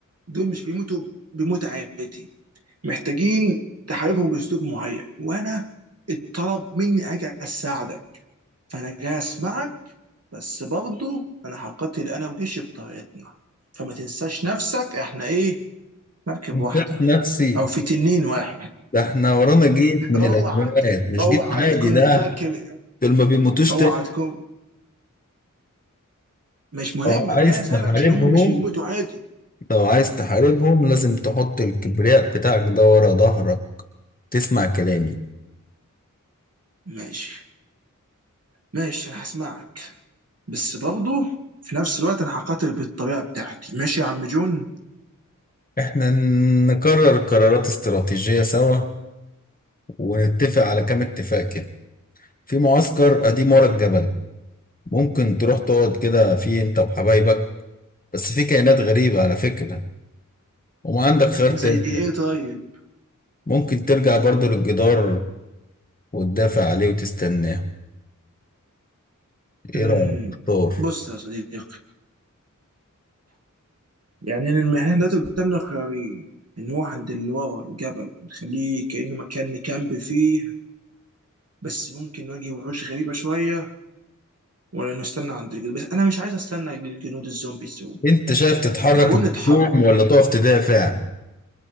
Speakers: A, on the right; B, on the left.
A: دول مش بيموتوا بموت عادي محتاجين تحاربهم باسلوب معين وانا اتطلب مني اجي اساعدك فانا جاي اسمعك بس برضه انا هقاتل انا وجيشي بطريقتنا فما تنساش نفسك احنا ايه مركب
B: انت
A: واحده
B: نفسي
A: او في تنين واحد
B: ده احنا ورانا جيش من
A: اوعى
B: الاموات مش
A: اوعى
B: جيش عادي
A: تكون
B: ده
A: فاكر
B: دول ما بيموتوش
A: اوعى
B: تاني
A: تكون مش مهم
B: لو عايز
A: انا جاي اساعدك
B: تحاربهم
A: عشان هم مش بيموتوا عادي
B: لو عايز تحاربهم لازم تحط الكبرياء بتاعك ده ورا ظهرك تسمع كلامي
A: ماشي ماشي انا هسمعك بس برضه في نفس الوقت انا هقاتل بالطريقه بتاعتي ماشي يا عم جون
B: احنا نقرر قرارات استراتيجية سوا ونتفق على كام اتفاق كده في معسكر قديم ورا الجبل ممكن تروح تقعد كده فيه انت وحبايبك بس في كائنات غريبة على فكرة وما عندك خيار تاني
A: زي ايه طيب
B: ممكن ترجع برضو للجدار وتدافع عليه وتستناه ايه
A: امم
B: رأيك اختار
A: بص يا صديقي يعني إن احنا دلوقتي قدامنا خيارين ان هو عند اللي ورا الجبل نخليه كأنه مكان نكامب فيه بس ممكن نواجه وحوش غريبة شوية ولا نستنى عند الجنود بس انا مش عايز استنى الجنود الزومبيز دول
B: انت شايف تتحرك
A: انا بقول
B: الهجوم
A: نتحرك
B: ولا تقف تدافع